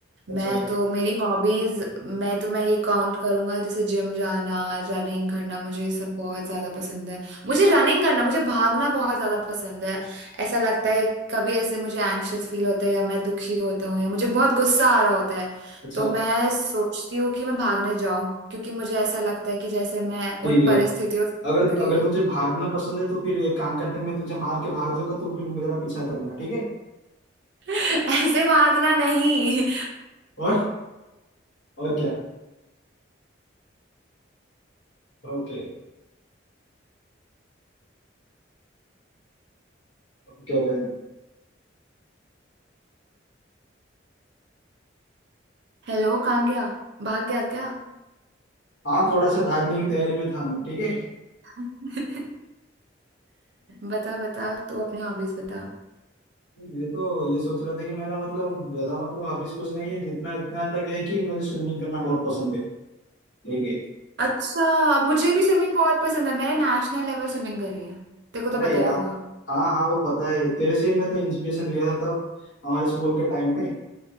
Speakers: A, on the left (about 70°); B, on the right (about 60°).
A: अच्छा
B: मैं तो मेरी हॉबीज मैं तो मैं ये काउंट करूंगा जैसे जिम जाना रनिंग करना मुझे ये सब बहुत ज्यादा पसंद है मुझे रनिंग करना मुझे भागना बहुत ज्यादा पसंद है ऐसा लगता है कभी ऐसे मुझे एंग्शियस फील होता है या मैं दुखी होता हूँ या मुझे बहुत गुस्सा आ रहा होता है
A: अच्छा
B: तो मैं सोचती हूँ कि मैं भागने जाऊं क्योंकि मुझे ऐसा लगता है कि जैसे मैं
A: ठीक
B: उन
A: है
B: परिस्थितियों से भाग
A: अगर
B: रही
A: अगर
B: हूँ
A: तुझे भागना पसंद है तो फिर एक काम करते हैं मैं तुझे मार के भाग जाऊंगा तो फिर मेरा पीछा करना ठीक है
B: <laughs> ऐसे भागना नहीं
A: और और क्या ओके ओके भाई
B: हेलो कहाँ गया भाग गया क्या
A: हाँ थोड़ा सा भागने की तैयारी में था मैं ठीक है
B: <laughs> बता बता तू अपनी हॉबीज बता
A: ये तो ये सोच रहा था कि मेरा मतलब ज्यादा मतलब हॉबीज कुछ नहीं है जितना इतना तक है कि मुझे स्विमिंग करना बहुत पसंद है ठीक है
B: अच्छा मुझे भी स्विमिंग बहुत पसंद है मैंने नेशनल लेवल स्विमिंग करी है तेरे को तो
A: अरे
B: पता
A: यार
B: ही होगा
A: हाँ हाँ वो पता है तेरे से ही मैं तो इंस्पिरेशन लिया था तब हमारे स्कूल के टाइम में